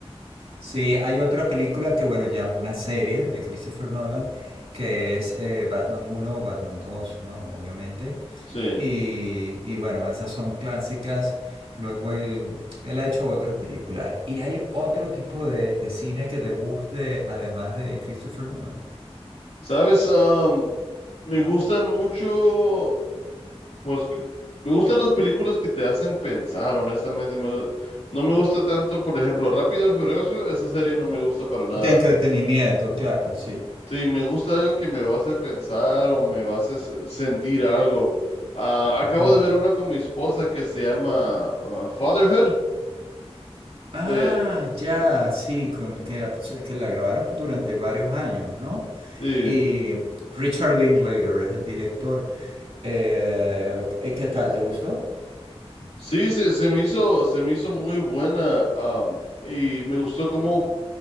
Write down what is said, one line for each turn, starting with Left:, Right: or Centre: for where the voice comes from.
Right: sí, hay otra película que, bueno, ya es una serie de Christopher Nolan, que es eh, Batman uno o Batman 2, ¿no? Obviamente.
Left: Sí.
Right: Y, y bueno, esas son clásicas. Luego él, él ha hecho otras películas. ¿Y hay otro tipo de, de cine que te guste, además de Christopher Nolan?
Left: ¿Sabes? Am, me gustan mucho, pues, que- me gustan las películas que te hacen pensar, honestamente. Me- no me gusta tanto, por ejemplo, Rápido y Furioso, esa serie no me gusta para nada.
Right: De entretenimiento, claro, sí.
Left: Sí, me gusta algo que me va a hacer pensar o me va a hacer se- sentir algo. Ah, acabo
Right: Ujú.
Left: de ver una con mi esposa que se llama ah, Fatherhood. De,
Right: Ah, ya, sí, con que, la- es que la grabaron durante varios años, ¿no?
Left: sí,
Right: Y Richard Linklater es el director. Eh, ¿qué qué tal? ¿Te gustó?
Left: sí, se, se me hizo, se me hizo muy buena, am, y me gustó cómo